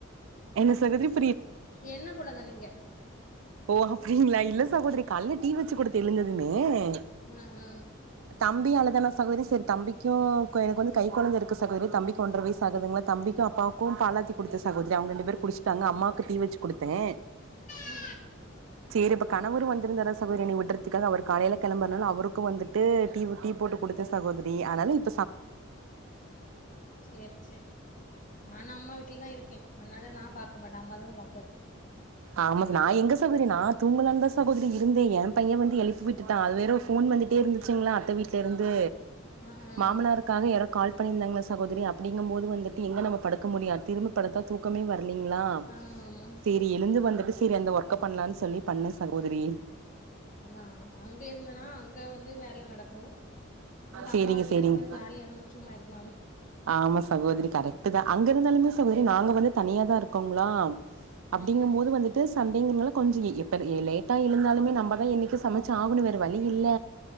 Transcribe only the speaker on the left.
என்ன போலதா நீங்க
ஆ ஆ
ஆ
சேரி சேரி நானு அம்மா வீட்லதா இருக்கே அதனால நா பாக்க மாட்டே அம்மா தா பாக்குறது
ஆ ஆ
ஆமா ஆமா
அந்த ஆம் அங்க இருந்தனா அங்க வந் து வேல நடக்கு இங்க
அம்மா வீட்லனா
கொஞ்சோ ஜாலியா நம்ம சும்மா இருக்கலாமே
ஆ ஆ